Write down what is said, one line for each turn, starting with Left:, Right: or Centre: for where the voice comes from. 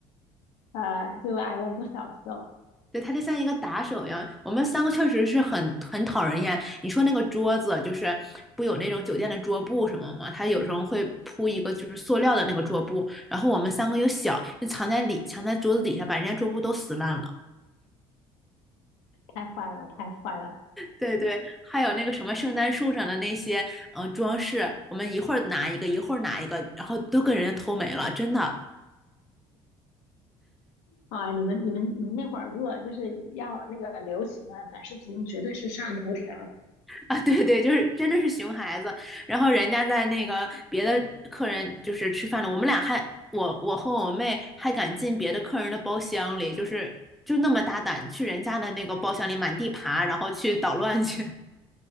Left: 呃，就挨了不少揍，
Centre: 对，他就像一个打手一样。我们三个确实是很很讨人厌。你说那个桌子，就是不有那种酒店的桌布什么吗？他有时候会铺一个就是塑料的那个桌布，然后我们三个又小，就藏在里藏在桌子底下，把人家桌布都撕烂了。
Left: 太坏了，太坏了
Centre: 对对，还有那个什么圣诞树上的那些呃装饰，我们一会儿拿一个，一会儿拿一个，然后都跟人家偷没了，真的。
Left: 啊！你们、你们、你们那会儿如果就是要那个流行啊，短视频绝对是上头条
Centre: <laughs> 啊，对对，就是真的是熊孩子。然后人家在那个别的客人就是吃饭了，我们俩还我我和我妹还敢进别的客人的包厢里，就是就那么大胆去人家的那个包厢里满地爬，然后去捣乱去。